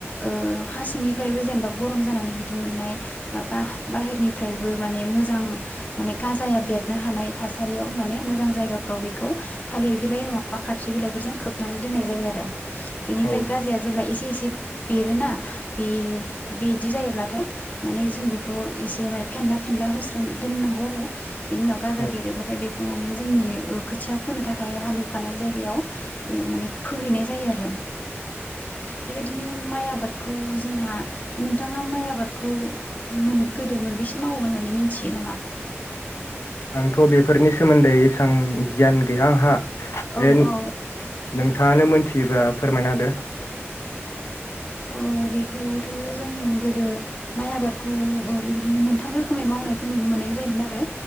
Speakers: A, on the left; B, on the left.
A: ओ हासिंनिफ्रायबो जेनेबा गरम जानानै बिदुं मोननाय बा बा बाहेरनिफ्रायबो माने मोजां माने गाजाया बेरनो हानाय थासारियाव माने मोजां जायगाफ्राव बेखौ थालिर बिलाइ नङा खाथ्रि बिलाइफोरजों खोबनानै दोननाय जायो आरो इनिफ्राय
B: औ
A: गाजाया जेब्ला इसे इसे बेरोना बे बिदि जायोब्लाथाय माने जों बेखौ एसेनोय फेनला फेनला होस्रोन दोननांगौ आरो बेनि उनाव गाजा
B: औ
A: बेरोब्लाथाय बेखौ माने जोंनि ओ खोथिया फोनो थाखाय हालेवखानाय जायगायाव ओ माने फोहैनाय जायो आरो बेबायदिनो माइ आबादखौ जोंहा नोंथाङा माइ आबादखौ मोन गोदो मोनबैसे मावोमोन होननानै मिथियो नामा?
B: आंथ' बेफोरनि सोमोन्दै एसां गियान गैया आंहा
A: औ
B: ए नोंथाङानो
A: औ
B: मोनथियोबा फोरमायना होदो
A: अ बेखौथ' जों गोदो माइ आबादखौ ओ बेबादिनो मोनथाम रोखोमै मावनायखौ नुनो मोननाय जायोमोन आरो